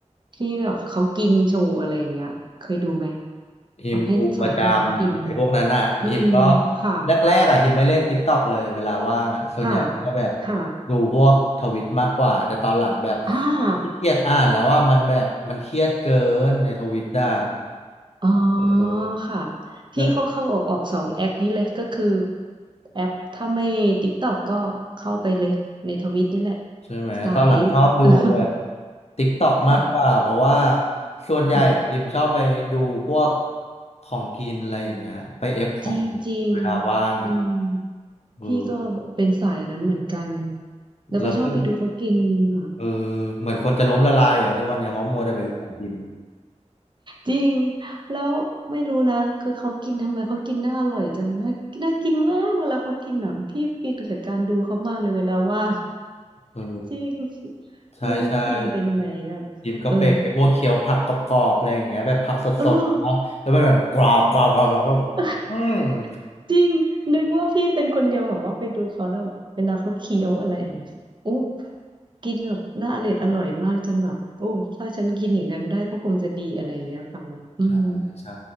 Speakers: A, on the right; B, on the left.
A: ที่แบบเขากินโชว์อะไรอย่างเงี้ยเคยดูไหม
B: ฮิมดูประจำไอ้พวกนั้นอ่ะฮิมก็
A: ประเภทสายที่เขากินอืมค่ะ
B: แรกๆอ่ะฮิมไม่เล่น t ิ k กต k อกเลยเวลาว่างอ่ะส่วนใหญ่ก็แบบ
A: ค่ะค่ะ
B: ดูพวกทวิตมากกว่าแต่ตอนหลังแบบ
A: อ่า
B: ขี้เกียจอ่านแล้วว่ามันแบบมันเครียดเกินในทวิตอ่ะ
A: อ๋อ
B: เออ
A: ค่ะพี่เขาเข้าออกออกสองแอคนี้เลยก็คือ
B: ก็
A: แอปถ้าไม่ติกตอกก็เข้าไปเลยในทวิตนี่แหละ
B: ใช่ไหมตอนหลังชอบดูแบบ
A: สาย <laughs>
B: t ิ k กตอกมากกว่าเพราะว่า
A: ค่ะ
B: ส่วนใหญ่ฮิมชอบไปดูพวก
A: ค่ะ
B: ของกินอะไรอย่างเงี้ยไปเอฟของกินเวลาว่างอ่ะ
A: จริงจริงอืม
B: เออ
A: พี่ก็เป็นสายนั้นเหมือนกันแล้วก็ชอบไปดูเขากินอ่ะ
B: แล้วคือ เออเหมือนคนจะล้มละลายอยู่แล้วทุกวันเนี่ยเพราะมัวแต่ไปดูของกิน
A: จริง แล้วไม่รู้นะคือเขากินทำไมเขากินน่าอร่อยจังน่าน่ากินมากเวลาเขากินอ่ะพี่ฟินกับการดูเขามากเลยเวลาว่าง
B: เออ
A: จริง
B: ใช่ใช่
A: ไม่รู้พิมเป็นไหมอ่ะเออ
B: จิมก็เป็นไอ้พวกเคี้ยวผักกรอบๆอะไรอย่างเงี้ยแบบผักสดๆเนาะแล้วมันแบบกรอบกรอบกรอบแล้วก็อือหื
A: เออ <laughs>
B: อ
A: จริงนึกว่าพี่เป็นคนเดียวแบบว่าไปดูเขาแล้วแบบเวลาเขาเคี้ยวอะไรอะอู้กินแบบน่าอร่อยอร่อยมากจนแบบโอ้ถ้าฉันกินอย่างนั้นได้ก็คงจะดีอะไรอย่างเงี้ยค่ะแบบอืม
B: ใช่ใช่